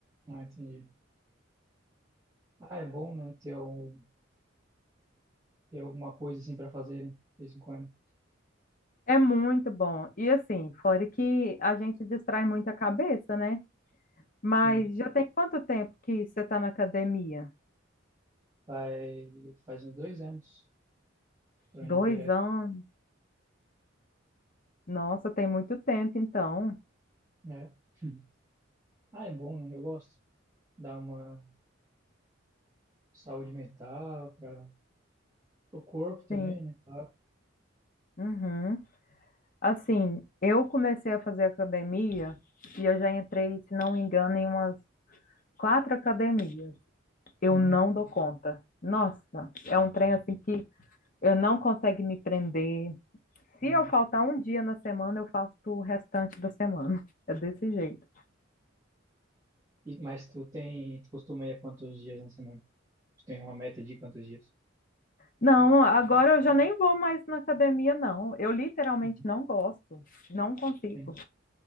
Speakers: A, on the right; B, on the left.
A: Ah, entendi. Ah, é bom, né? Ter, um, ter alguma coisa assim para fazer, né? De vez em quando.
B: É muito bom. E assim, fora que a gente distrai muito a cabeça, né? Mas
A: Sim.
B: já tem quanto tempo que você está na academia?
A: Faz, faz uns dois anos. Tô
B: Dois
A: indo direto,
B: anos? Nossa, tem muito tempo, então.
A: né? Hum. Ah, é bom, né? Eu gosto. Dá uma saúde mental para o corpo também,
B: Sim.
A: né? Claro.
B: Uhum. Assim, eu comecei a fazer academia e eu já entrei, se não me engano, em umas quatro academias. Eu
A: Uhum.
B: não dou conta. Nossa, é um trem assim que eu não consigo me prender. Se
A: Uhum.
B: eu faltar um dia na semana, eu faço o restante da semana. <laughs> É desse jeito.
A: E, mas tu tem, tu costuma ir a quantos dias na semana? Tu Tem uma meta de quantos dias?
B: Não, agora eu já nem vou mais na academia, não. Eu literalmente
A: Uhum.
B: não gosto, não consigo.
A: É,